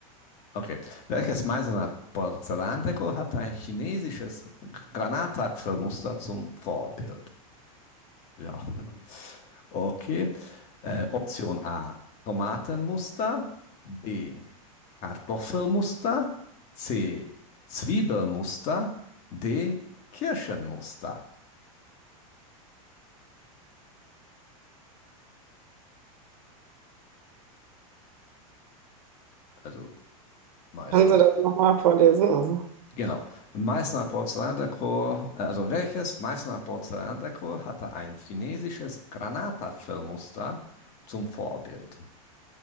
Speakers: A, on the left (about 40°); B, on the right (about 85°).
A: Okay, welches Meißener Porzellandekor hatte ein chinesisches Granatapfelmuster zum Vorbild? Ja, okay. Äh, Option A, Tomatenmuster. B. Kartoffelmuster, C. Zwiebelmuster, D. Kirschenmuster. Also Meißner.
B: Kannst du das nochmal vorlesen? Also,
A: Genau. Meißner Porzellandekor, äh, also welches Meißner Porzellandekor hatte ein chinesisches Granatapfelmuster zum Vorbild?